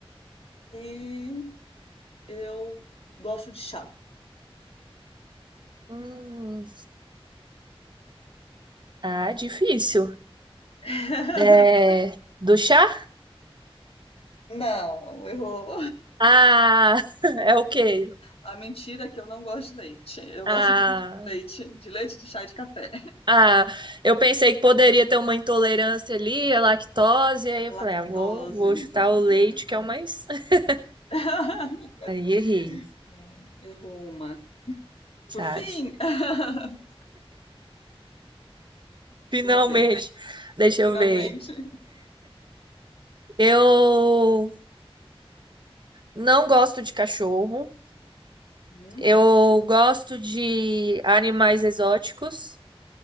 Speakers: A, on the left (about 70°); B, on the right (about 50°).
A: e eu gosto de chá.
B: Hum. Ah, difícil.
A: <laughs>
B: É... Do chá?
A: Não, errou.
B: Ah, <laughs> é o quê?
A: A mentira é que eu não gosto de leite. Eu
B: Ah,
A: gosto de leite, de leite, de chá e de café.
B: Ah, eu pensei que poderia ter uma intolerância ali, a lactose, e aí eu
A: Lactose.
B: falei, ah, vou, vou chutar o leite,
A: É,
B: que é o mais. <laughs>
A: <laughs>
B: Aí errei,
A: Não, errou uma.
B: sabe?
A: Por fim, <laughs>
B: Finalmente.
A: sua vez.
B: Deixa eu
A: finalmente.
B: ver. Eu não gosto de cachorro.
A: Uhum,
B: Eu gosto de animais exóticos,